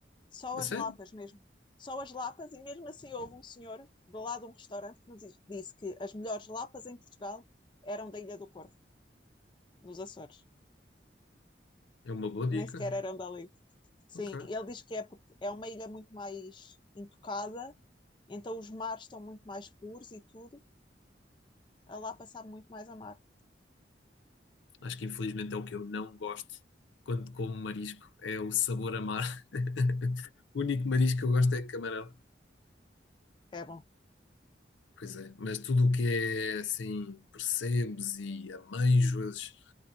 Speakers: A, on the left; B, on the left.
A: Só
B: A
A: as
B: sério?
A: lapas mesmo. Só as lapas, e mesmo assim houve um senhor do lado de um restaurante que nos disse que as melhores lapas em Portugal eram da Ilha do Corvo, nos Açores.
B: É uma boa dica.
A: Nem sequer eram dali. Sim,
B: Ok.
A: ele diz que é porque é uma ilha muito mais intocada, então os mares estão muito mais puros e tudo, a lá passar muito mais a mar.
B: Acho que infelizmente é o que eu não gosto quando como marisco. É o sabor amar. <laughs> O único marisco que eu gosto é camarão.
A: É bom.
B: Pois é, mas tudo o que é assim, percebes e ameijoas,